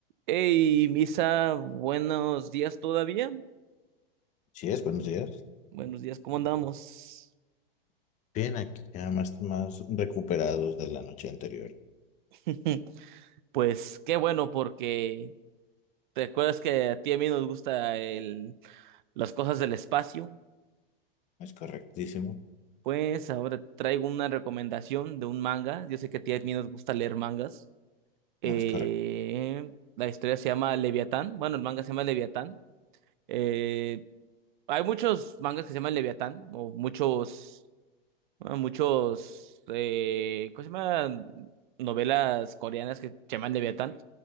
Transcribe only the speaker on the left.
Sí es, buenos días.
Bien, aquí ya más, más recuperados de la noche anterior.
Es correctísimo.
No es correcto.